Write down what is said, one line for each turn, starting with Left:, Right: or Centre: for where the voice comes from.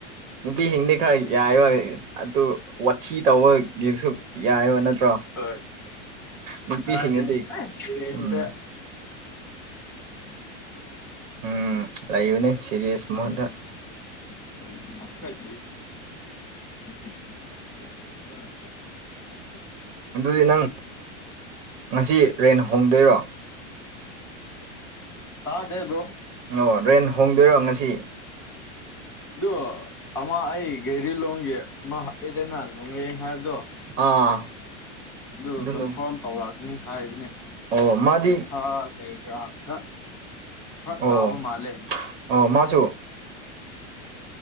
Right: ꯅꯨꯄꯤꯁꯤꯡꯗꯤ ꯈꯔ ꯌꯥꯏ ꯋꯥ ꯑꯗꯨ ꯋꯥꯊꯤ ꯇꯧꯕꯒꯤꯁꯨ ꯌꯥꯏꯕ ꯅꯠꯇ꯭ꯔꯣ
Centre: ꯍꯣꯏ
Right: ꯅꯨꯄꯤꯁꯤꯡꯅꯗꯤ
Centre: ꯇꯥꯗꯦ ꯄꯨꯔꯥ ꯁꯤꯔꯦꯁꯗ
Right: ꯎꯝ
Centre: <inaudible>
Right: ꯎꯝ ꯂꯩꯕꯅꯤ ꯁꯦꯔꯤꯁ ꯃꯍꯨꯠꯇ
Centre: <unintelligible> <unintelligible>
Right: ꯑꯗꯨꯗꯤ ꯅꯪ ꯉꯁꯤ ꯔꯦꯟ ꯍꯣꯡꯗꯣꯏꯔꯣ
Centre: ꯇꯥꯗꯦ ꯕ꯭ꯔꯣ
Right: ꯑꯣ ꯔꯦꯟ ꯍꯣꯡꯗꯣꯏꯔꯣ ꯉꯁꯤ
Centre: ꯑꯗꯨ ꯑꯃ ꯑꯩ ꯒꯦꯔꯤ ꯂꯣꯡꯒꯤ ꯑꯩꯗꯅ ꯂꯣꯡꯂꯦꯡ ꯍꯥꯏꯕꯗꯣ
Right: ꯑꯥ
Centre: ꯑꯗꯨ
Right: ꯑꯗꯨꯅꯨ
Centre: ꯀꯟꯐꯥꯔꯝ ꯇꯧꯔꯛꯀꯅꯤ ꯍꯥꯏꯕꯅꯦ
Right: ꯑꯣ ꯃꯥꯗꯤ
Centre: ꯄꯩꯁꯥ ꯀꯩ ꯀꯔꯥ ꯈꯔ ꯐꯔꯛꯇꯥꯕ
Right: ꯑꯣ
Centre: ꯃꯥꯜꯂꯦ
Right: ꯑꯣ ꯃꯥꯁꯨ